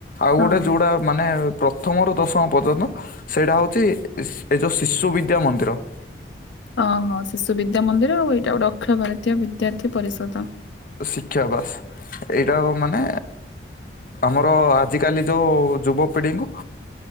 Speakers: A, on the left; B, on the left.
A: ଆଉ
B: ହଁ।
A: ଗୋଟେ ଯେଉଁଟା ମାନେ ପ୍ରଥମରୁ ଦଶମ ପର୍ଯ୍ୟନ୍ତ ସେଇଟା ହେଉଛି ଏ ଯେଉଁ ଶିଶୁ ବିଦ୍ୟା ମନ୍ଦିର।
B: ଓହୋ ଶିଶୁ ବିଦ୍ୟା ମନ୍ଦିର ଆଉ ଏଇଟା ଗୋଟେ ଅଖିଳ ଭାରତୀୟ ବିଦ୍ୟାର୍ଥୀ ପରିଷଦ।
A: ଶିକ୍ଷା ବାସ୍। ଏଇଟା ମାନେ ଆମର ଆଜି କାଲି ଯୋଉ ଯୁବପିଢିଙ୍କୁ